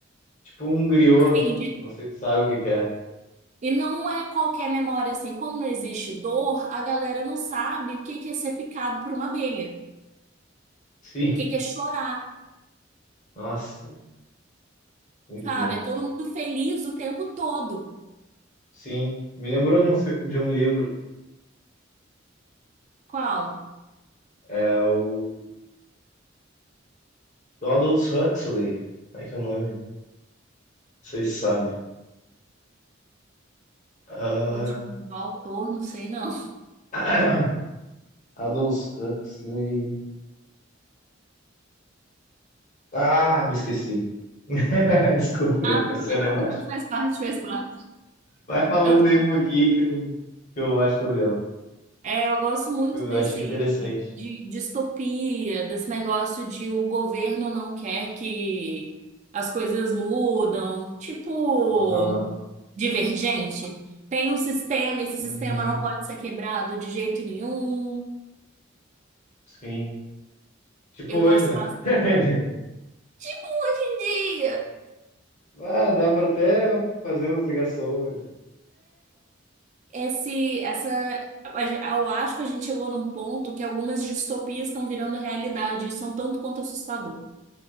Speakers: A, on the left; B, on the right.
A: Tipo um griot.
B: Sim,
A: Não sei se sabe o que que é.
B: E não é qualquer memória assim. Como não existe dor, a galera não sabe o que que é ser picado por uma abelha,
A: Sim.
B: o que que é chorar,
A: Nossa, muito
B: sabe?
A: bom.
B: É todo mundo feliz o tempo todo.
A: Sim. Me lembrou de um, fi- de um livro.
B: Qual?
A: É o do Aldous Huxley. Como é que é o nome? Não sei se sabe. Ah,
B: Pode mudar o autor, não sei não.
A: <clears throat> Aldous Huxley. Ah, me esqueci. <laughs> Desculpa, depois
B: Ah, tudo
A: se
B: bem,
A: eu lembrar.
B: faz parte, faz parte.
A: Vai falando
B: Eu tô
A: aí um pouquinho que eu, que eu acho que eu me lembro.
B: É, eu gosto muito
A: que Eu
B: desse
A: achei interessante.
B: de distopia, desse negócio de o governo não quer que as coisas mudam, tipo
A: Aham.
B: divergente. Tem um sistema, esse
A: Uhum.
B: sistema não pode ser quebrado de jeito nenhum.
A: Sim. Tipo
B: Eu
A: hoje,
B: gosto
A: né?
B: bastante.
A: <laughs>
B: Tipo um dia,
A: Ah, dá pra até fazer umas ligações.
B: esse, essa, a gen- eu acho que a gente chegou num ponto que algumas distopias estão virando realidade e são tanto quanto assustador.